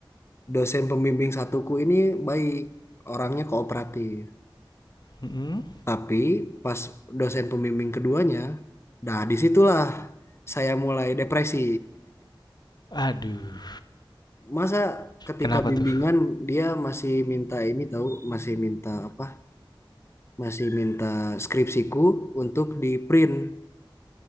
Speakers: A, on the left (about 30°); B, on the left (about 55°).
A: dosen pembimbing satuku ini baik, orangnya kooperatif.
B: Mhm.
A: Tapi pas dosen pembimbing keduanya, nah disitulah saya mulai depresi.
B: Aduh,
A: <laughs> Masa ketika
B: kenapa
A: bimbingan
B: tuh?
A: dia masih minta ini tahu, masih minta apa? Masih minta skripsiku untuk di print.